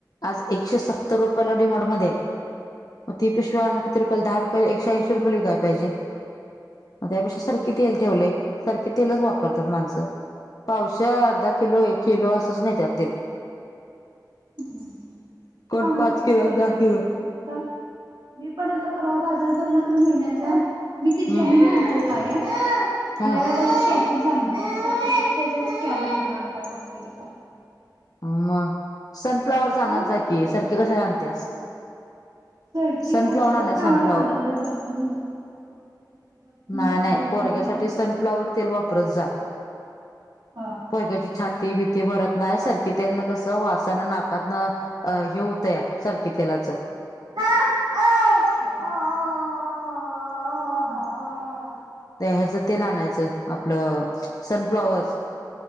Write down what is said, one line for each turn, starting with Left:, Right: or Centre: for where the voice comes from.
Left: आज एकशे सत्तर रुपयाला डि मार्टमध्ये आहे. ती पिशवी आणून किती रुपयाला? दहा रुपया एकशे ऐंशी रुपयाला विकायला पाहिजे मग त्यापेक्षा सर की तेल ठेवलंय सरकी तेलच वापरतात माणसं. पावशेर, अर्धा किलो, एक किलो असंच नेत्यात तेल.
Right: <unintelligible> चांगलंच
Left: कोण पाच किलो
Right: आहे सरकी
Left: दहा किलो
Right: तेल पण मी आता मी पण आता परवा बाजार भरला तर महिन्याचा मी ते जेमीनी
Left: हम्म
Right: आणतोय कायम.
Left: हा
Right: मी यावेळेला तो सरकीच आणलाय सरकी एक त्याचाच कॅन उचलून आणला पाच किलोचा.
Left: हां मग सनफ्लॉवरचा
Right: चांगला
Left: आणत जा
Right: आहे ते
Left: की
Right: पण
Left: सरकी कशाला आणत्यास?
Right: सरकीच
Left: सनफ्लाॉवर
Right: आणला जरा
Left: आणायच
Right: चांगला
Left: सनफ्लाॉवर
Right: लागला गं जरा बदलून बघून. जरा बदलून
Left: नाही
Right: जरा
Left: नाही
Right: बघूया
Left: पोरग्यासाठी
Right: म्हटलं
Left: सनफ्लॉवर तेल वापरत जा.
Right: हां.
Left: पोरग्याची छाती बीती भरत नाय सर त्यांना कसं वासानं नाकातन अ हे होतया सर्दी तेलाच.
Right: <unintelligible> हा ओव अ अ अ अ
Left: ते ह्याच तेल आनायच आपलं अ अ सनफ्लावर.